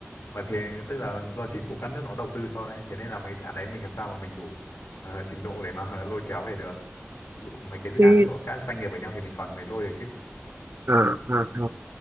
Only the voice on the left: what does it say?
Bởi vì tức là do chính phủ các nước nó đầu tư cho đấy, thế nên là mấy dự án đấy mình làm sao mà mình đủ ờ, trình độ để mà <laughs> lôi kéo về được. Ví dụ mấy cái dự án
của các doanh nghiệp với nhau thì mình còn mới lôi được chứ.